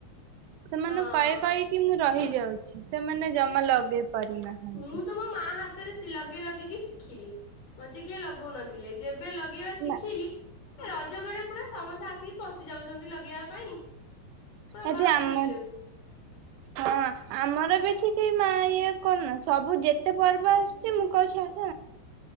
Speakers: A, on the right (about 75°); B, on the left (about 45°).
A: ସେମାନଙ୍କୁ
B: ହଁ।
A: କହି କହିକି ମୁଁ ରହି ରହି ଯାଉଛି ସେମାନେ ଜମା ଲଗେଇ ପାରୁନାହାନ୍ତି।
B: ମୁଁ ତ ମୋ ମା ହାତରେ ସି ଲଗେଇ ଲଗେଇ ଶିଖିଲି ମତେ କିଏ ଲଗଉନଥିଲେ ଯେ ଯେବେ ଲଗେଇବା ଶିଖିଲି
A: ନା
B: ରଜ ବେଳେ ପୁରା ସମସ୍ତେ ଆସିକି ପଶି ଯାଉଛନ୍ତି ଲଗେଇବା ପାଇଁ। ପୁରା
A: ଏଠି
B: ଘର
A: ଆମ
B: ଫୁଲ ହେଇଯାଉଛି।
A: ହଁ ଆମର ବି ଏଠିକି ମା ଇଏ କରନା ସବୁ ଯେତେ ପର୍ବ ଆସୁଛି ମୁଁ କହୁଛି ଆସ